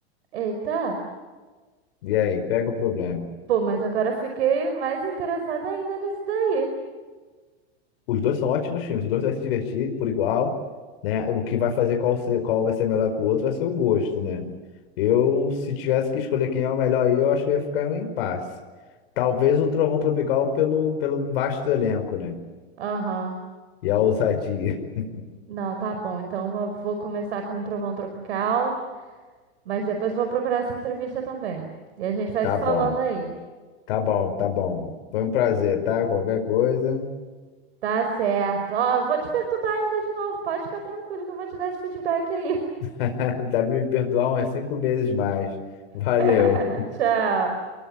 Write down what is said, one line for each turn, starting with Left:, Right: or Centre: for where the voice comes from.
Right: Eita.
Left: E aí, pega o problema.
Right: Pô, mas agora eu fiquei mais interessada ainda nesse daí.
Left: Os dois são ótimos filmes, os dois vai se divertir por igual, né? O que vai fazer qual, ser, qual vai ser melhor que o outro vai ser o gosto, né? Eu, se tivesse que escolher quem é o melhor aí, eu acho que ia ficar em um impasse. Talvez o Trovão Tropical pelo, pelo vasto elenco, né?
Right: Aham.
Left: E a ousadia. <laughs>
Right: Não, tá bom. Então eu vou começar com o Trovão Tropical, mas depois vou procurar essa entrevista também. E a gente vai
Left: Tá
Right: se falando
Left: bom,
Right: aí.
Left: tá bom, tá bom. Foi um prazer, tá? Qualquer coisa.
Right: Tá certo. Ó, eu vou te perturbar ainda de novo. Pode ficar tranquilo que eu vou te dar esse feedback aí.
Left: <laughs> Deve me perdoar umas cinco vezes mais. Valeu.
Right: <laughs> Tchau.